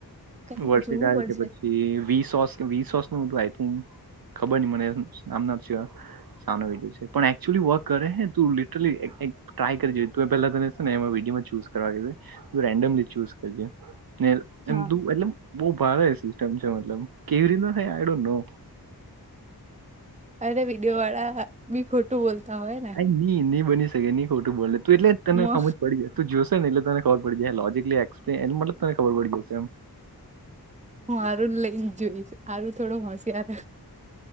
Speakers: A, on the right; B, on the right.
A: કઈ
B: વર્ષી
A: જોવું
B: તારી
A: પડશે
B: કે પછી વીસ સોસ વીસ સોસનું આઈ થિક ખબરની મને આમ નોટ સ્યોર શાનો વિડીયો છે પણ એકચુઅલી વર્ક કરે હે તુ લિટરલી એક એક ટ્રાય કરી જોઈએ તુએ પેલા તને ને એ વિડીયોમાં ચૂઝ કરવા રેન્ડમલી ચૂઝ કરજે ને
A: હા
B: એમ તુ એટલે બો ભારે સિસ્ટમ છે મતલબ કેવી રીતના થાય આય ડોન્ટનો.
A: અરે વિડીયો વાળા બી ખોટું બોલતા હોય ને.
B: આ ની ની બની શકે ની ખોટું બોલેે તુ એટલે તને
A: મો
B: હમજ પડી જશે. તુ જોશે ને એટલે તને ખબર પડી જાય લોજીકલી એક્પલેન એ મતલબ તને ખબર પડી જશે એમ.
A: હું આરું જ લઈને જોઈશ આરું થોડો હોશિયાર.